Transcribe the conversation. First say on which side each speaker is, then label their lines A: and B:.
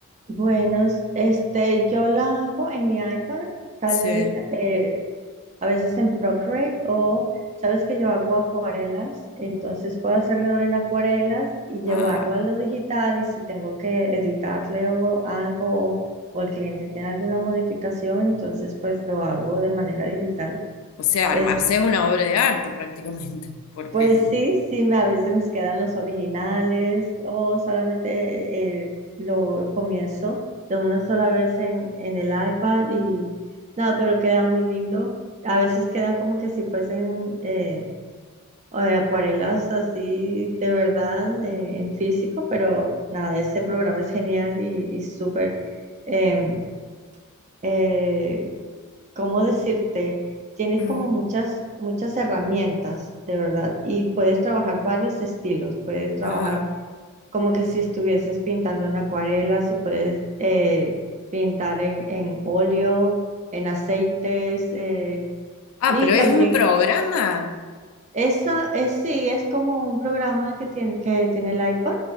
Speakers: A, on the right; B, on the left.
A: Bueno, este, yo la hago en mi iPad, tal
B: Sí.
A: vez, eh, a veces en Procreate o sabes que yo hago acuarelas, entonces puedo hacerlo en acuarelas y llevarlo
B: Ah,
A: a lo digital y si tengo que editarle o algo o, o el cliente tiene alguna modificación, entonces pues lo hago de manera digital.
B: o sea,
A: Este,
B: arma- haces una obra de arte prácticamente, porque...
A: pues sí, sí, me, a veces me quedan los originales o solamente eh, lo comienzo de una sola vez en, en el iPad y nada, pero queda muy lindo. A veces quedan como que si fuesen eh, o de acuarelas así de verdad eh, en físico, pero nada, ese programa es genial y, y súper, em, eh, ¿cómo decirte? Tienes
B: Mm,
A: como muchas, muchas herramientas, de verdad, y puedes trabajar varios estilos, puedes trabajar
B: ajá.
A: como que si estuvieses pintando en acuarela, si puedes eh, pintar en, en óleo, en aceites, eh,
B: Ah,
A: y
B: pero es
A: también...
B: un programa.
A: Esa es, sí, es como un programa que tiene, que tiene el iPad,